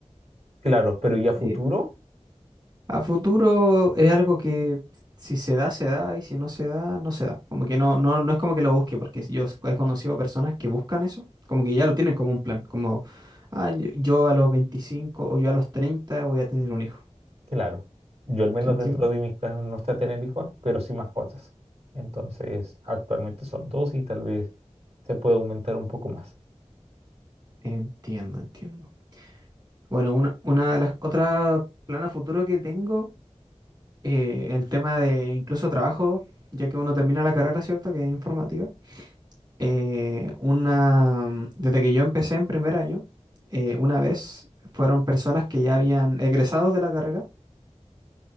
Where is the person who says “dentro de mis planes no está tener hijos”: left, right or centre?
Right